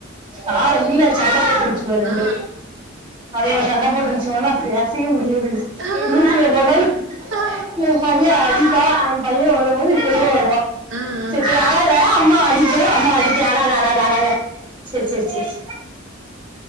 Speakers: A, on the right; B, on the right.
A: ஆ இல்ல சண்ட போட்ருச்சுவ ரெண்டு
B: ஆ
A: அதுங்க சண்ட போட்டுருச்சுன்னா பேசவே முடியாது
B: ஆ
A: வீட்டுல போனாலு
B: ஆ ஆ
A: எய பைய அடிப்பா பைய வரும்போது எய பொண்ணு வருவா
B: ஆ ஆ
A: சரி சரி அழாத அம்மாவ அடிக்க அம்மாவ அடிக்க அழாத அழாத அழாத சேர் சேரி